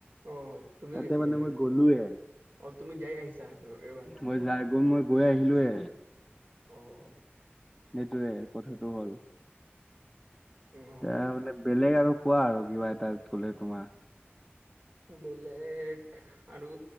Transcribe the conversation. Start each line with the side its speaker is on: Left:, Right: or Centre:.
Right: অ তুমিও
Centre: তাতে
Right: গৈছিলা
Centre: মানে
Right: নেকি
Centre: মই গ'লোয়ে
Right: অ তুমি যাই আহিছা আকৌ এইবাৰ
Centre: মই যাই গৈ মই গৈ আহিলোৱে
Right: অহ
Centre: সেইটোৱে কথাটো হ'ল
Right: অ',
Centre: এ মানে বেলেগ আৰু কোৱা আৰু কিবা এটা গ'লে তোমাৰ
Right: বেলেগ আৰু